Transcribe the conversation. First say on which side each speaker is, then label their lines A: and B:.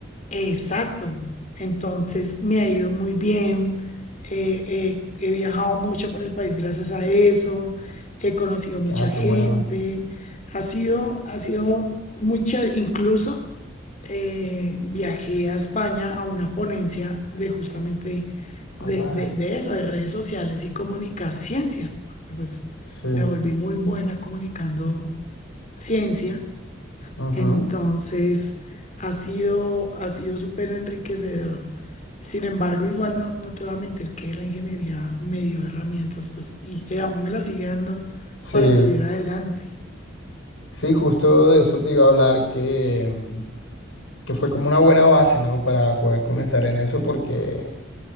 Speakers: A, on the left; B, on the left.
A: Exacto. Entonces me ha ido muy bien. eh, eh, he viajado mucho por el país gracias a eso. He conocido mucha
B: Ah,
A: gente.
B: qué bueno.
A: Ha sido, ha sido mucha, incluso eh, viajé a España a una ponencia de justamente
B: Ah,
A: de, de- de eso, de redes sociales y comunicar ciencia. porque, Pues
B: sí.
A: me volví muy buena comunicando ciencia.
B: ujú.
A: Entonces, ha sido, ha sido súper enriquecedor. Sin embargo, igual no, no te voy a mentir que la ingeniería me dio herramientas, pues, y, y aún me las sigue dando
B: Sí,
A: para salir adelante.
B: sí, justo de eso te iba a hablar que... mm, que fue como una buena base, ¿no? Para poder comenzar en eso, porque